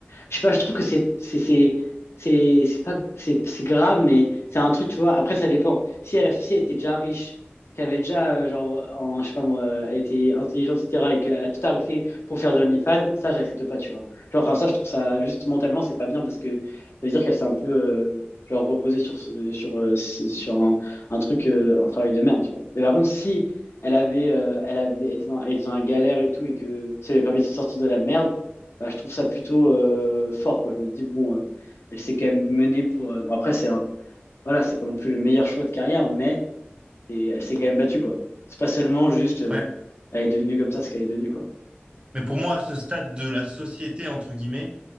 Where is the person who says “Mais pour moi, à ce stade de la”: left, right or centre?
Right